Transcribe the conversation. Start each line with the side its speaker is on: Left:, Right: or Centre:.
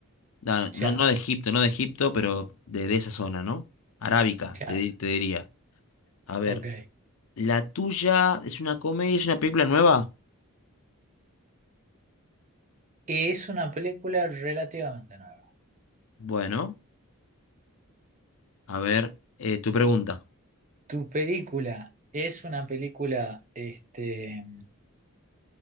Left: No, no,
Right: Ya,
Left: no de Egipto, no de Egipto, pero de, de esa zona, ¿no? Arábica,
Right: claro.
Left: te, di- te diría. A ver,
Right: Ok.
Left: la tuya es una comedia, es una película nueva.
Right: Es una película relativamente nueva.
Left: Bueno, a ver, eh, tu pregunta.
Right: Tu película es una película, este,